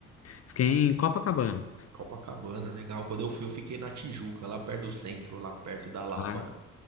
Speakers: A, on the left (about 40°); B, on the right (about 50°).
A: Fiquei em Copacabana.
B: Copacabana, legal. Quando eu fui, eu fiquei na Tijuca, lá perto do centro, lá perto da Lapa,
A: Ah,
B: né?